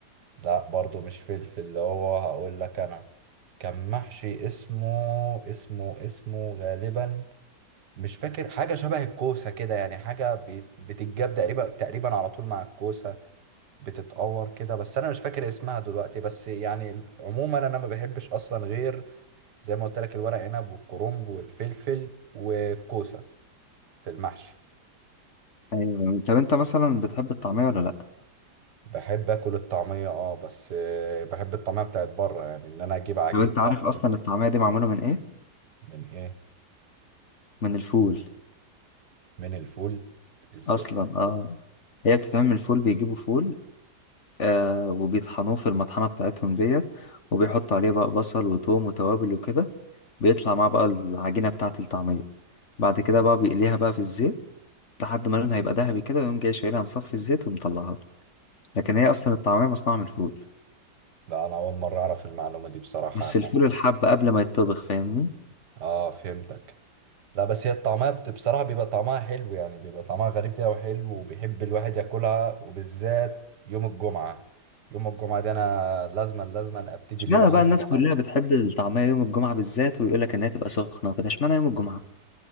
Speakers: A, on the right; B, on the left.
A: لا برضو مش فلفل اللي هو هقول لك انا كان محشي اسمه اسمه اسمه غالبا مش فاكر حاجة شبه الكوسة كده يعني حاجة بت- بتتجاب تقريبا تقريبا على طول مع الكوسة بتتقور كده بس انا مش فاكر اسمها دلوقتي بس يعني عموما انا ما بحبش اصلا غير زي ما قلت لك الورق عنب والكرنب والفلفل والكوسة في المحشي
B: أيوة طب أنت مثلا بتحب الطعمية ولا لأ؟
A: بحب اكل الطعمية اه بس آه، بحب الطعمية بتاعت بره يعني ان انا اجيب عجينة
B: طب أنت عارف
A: بقى
B: أصلا الطعمية دي معمولة من إيه؟
A: من ايه
B: من الفول
A: من الفول ازاي
B: أصلا آه هي بتتعمل فول بيجيبوا فول آه وبيطحنوه في المطحنة بتاعتهم ديت وبيحطوا عليه بقى بصل وتوم وتوابل وكده بيطلع معاه بقى العجينة بتاعة الطعمية بعد كده بقى بيقليها بقى في الزيت لحد ما لونها يبقى ذهبي كده ويقوم جاي شايلها مصفي الزيت ومطلعها له لكن هي أصلا الطعمية مصنوعة من الفول
A: لا انا اول مره اعرف المعلومه دي بصراحه
B: بس
A: انا
B: الفول الحب قبل ما يتطبخ فاهمني
A: اه فهمتك لا بس هي الطعميه بت- بصراحه بيبقى طعمها حلو يعني بيبقى طعمها غريب كده وحلو وبيحب الواحد ياكلها وبالذات يوم الجمعه يوم الجمعه دي انا لازما لازما ابتدي
B: اشمعنى
A: اليوم
B: بقى
A: عندي
B: الناس كلها
A: طعم
B: بتحب الطعمية يوم الجمعة بالذات ويقول لك إنها تبقى سخنة وكده اشمعنى يوم الجمعة؟